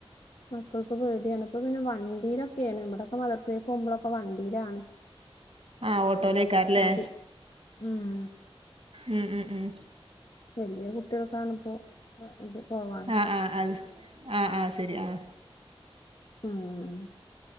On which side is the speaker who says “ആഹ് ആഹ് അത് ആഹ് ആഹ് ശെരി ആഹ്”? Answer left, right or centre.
Right